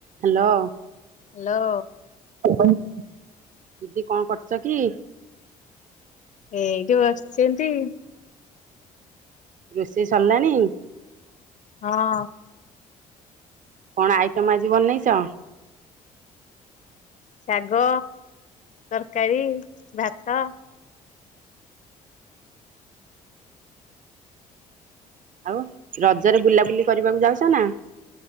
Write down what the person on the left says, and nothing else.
Hello.
ଏଇଠି ବସିଛନ୍ତି।
ହଁ।
ଶାଗ ତରକାରୀ ଭାତ।